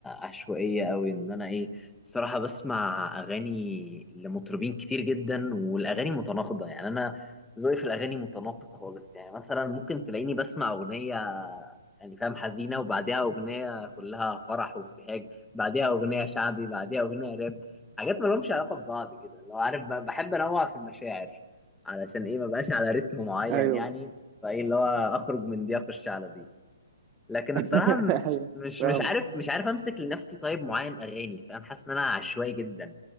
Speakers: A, in the centre; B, on the right (about 20°).
A: عشوائيه قوي ان انا ايه الصراحه بسمع اغاني لمطربين كتير جدا والاغاني متناقضه يعني انا ذوقي في الاغاني متناقض خالص يعني مثلا ممكن تلاقيني بسمع اغنيه يعني فاهم حزينه وبعديها اغنيه كلها فرح وابتهاج بعديها اغنيه شعبي بعديها اغنيه راب حاجات ما لهمش علاقه ببعض كده لو عارف ب- بحب انوع في المشاعر علشان ايه ما بقاش على رتم معين
B: ايوه
A: يعني فايه اللي هو اخرج من دي اخش على دي لكن
B: <laughs>
A: الصراحه م-
B: ايوه
A: مش
B: فاهمك
A: مش عارف مش عارف امسك لنفسي طيب معين اغاني فاهم حاسس ان انا عشوائي جدا